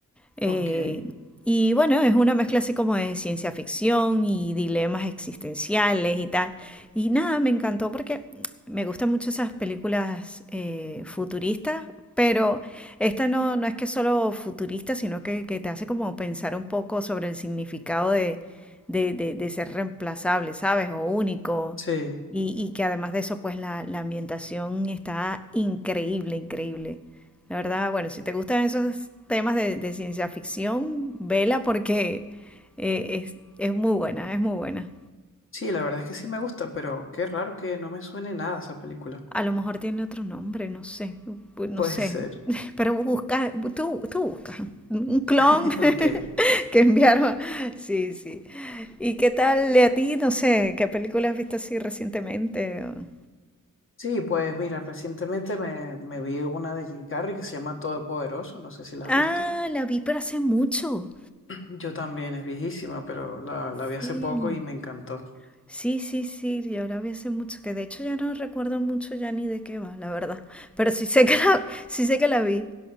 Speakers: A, in the centre; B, on the left (about 40°).
A: Eh,
B: Ok.
A: y bueno, es una mezcla así como de ciencia ficción y dilemas existenciales y tal. Y nada, me encantó porque me gustan mucho esas películas eh, futuristas, pero esta no, no es que es solo futurista, sino que, que te hace como pensar un poco sobre el significado de, de, de- de ser reemplazable, ¿sabes? O único.
B: Sí.
A: Y, y que además de eso, pues la, la ambientación está increíble, increíble. La verdad, bueno, si te gustan esos temas de, de ciencia ficción, vela porque eh, es, es muy buena, es muy buena.
B: Sí, la verdad es que sí me gusta, pero qué raro que no me suene nada esa película.
A: A lo mejor tiene otro nombre, no sé, bu- no
B: Puede
A: sé.
B: ser.
A: <laughs> Pero busca, tú, tú buscas un clon
B: <laughs> Ok.
A: <laughs> que enviaron. Sí, sí. ¿Y qué tal de a ti? No sé, ¿qué película has visto así recientemente? O-
B: Sí, pues mira, recientemente me, me vi una de Jim Carrey que se llama Todopoderoso. No sé si la has
A: Ah,
B: visto.
A: la vi, pero hace mucho.
B: Yo también, es viejísima, pero la, la vi
A: Sí.
B: hace poco y me encantó.
A: Sí, sí, sí, yo la vi hace mucho, que de hecho ya no recuerdo mucho ya ni de qué va, la verdad. Pero sí sé que la, sí sé que la vi,